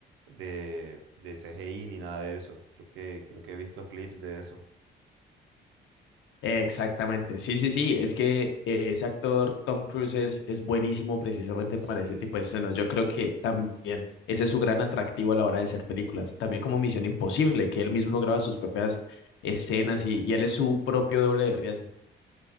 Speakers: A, on the right; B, on the left.
A: de, de CGI ni nada de eso. Creo que, creo que he visto clips de eso.
B: Exactamente, sí, sí, sí, es que eh, ese actor Tom Cruise es, es buenísimo precisamente para
A: Sí,
B: ese tipo de escenas. Yo creo que también ese es su gran atractivo a la hora de hacer películas. También como Misión Imposible, que él mismo graba sus propias escenas y, y él es su propio doble de riesgo.